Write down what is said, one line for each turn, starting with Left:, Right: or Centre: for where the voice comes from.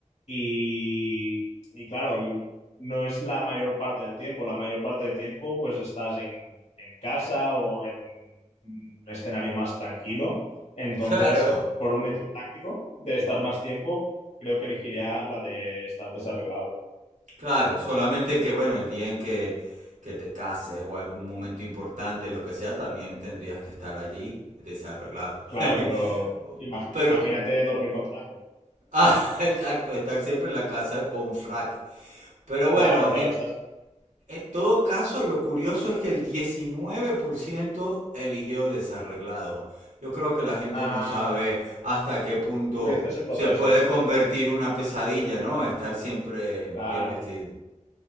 Left: Y, y claro, y no es la mayor parte del tiempo. La mayor parte del tiempo, pues estás en, en casa o en un escenario más tranquilo. Entonces,
Right: claro.
Left: por un hecho práctico de estar más tiempo, creo que elegiría la de estar desarreglado.
Right: Claro, solamente que bueno, el día en que, que te cases o algún momento importante, lo que sea, también tendrías que estar allí desarreglado.
Left: Claro, pero
Right: <laughs>
Left: imag-
Right: Pero,
Left: imagínate dormir con traje.
Right: ah, <laughs> exacto, estar siempre en la casa con frac. Pero bueno,
Left: Claro, claro,
Right: en,
Left: estás.
Right: en todo caso, lo curioso es que el 19% eligió desarreglado. Yo creo que la gente
Left: Ah,
Right: no sabe hasta qué punto
Left: no hice ese proceso.
Right: se puede convertir una pesadilla, ¿no? Estar siempre
Left: Claro,
Right: bien vestido.